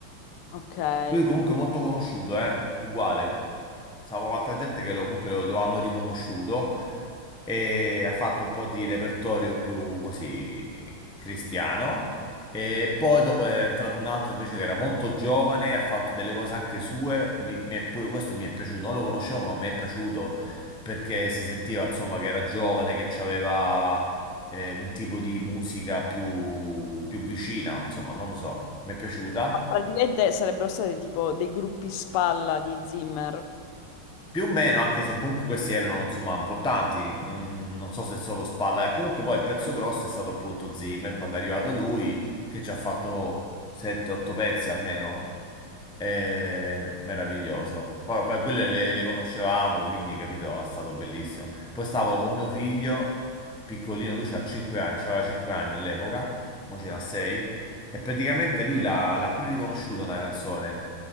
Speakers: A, on the left; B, in the centre.
A: Ok. Ma
B: lui comunque è molto conosciuto, eh? Uguale. Stavo con altra gente che lo, comunque lo, lo hanno riconosciuto e ha fatto un po' di repertorio più così cristiano. E poi dopo è entrato un altro invece che era molto giovane, ha fatto delle cose anche sue. Mi, mi è- pure questo mi è piaciuto, non lo conoscevo, ma mi è piaciuto perché si sentiva insomma che era giovane, che aveva un tipo di musica più, più vicina, insomma, non lo so, mi è piaciuta.
A: Praticamente sarebbero stati tipo dei gruppi spalla di Zimmer,
B: Più o meno, anche se comunque questi erano insomma importanti, non, non so se solo Spalla. E comunque poi il pezzo grosso è stato appunto Zimmer quando è arrivato lui, che ci ha fatto 7-8 pezzi almeno. Eh, meraviglioso. Poi vabbè, quelle le, le conoscevamo, quindi capito, è stato bellissimo. Poi stavo con mio figlio, piccolino, lui c'ha 5 anni, c'aveva 5 anni all'epoca, mo ce n'ha 6, e praticamente lui l'ha l'ha pure riconosciuta una canzone